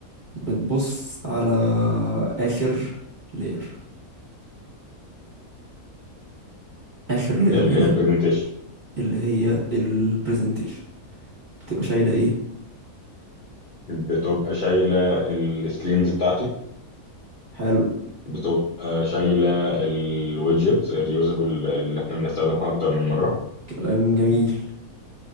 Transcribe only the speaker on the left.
اللي
هي البرزنتيشن
بتبقى شايلة السكرينز بتاعتي
بتبقى شايلة الويدجت الريوزابل اللي احنا بنستخدمها اكتر من مرة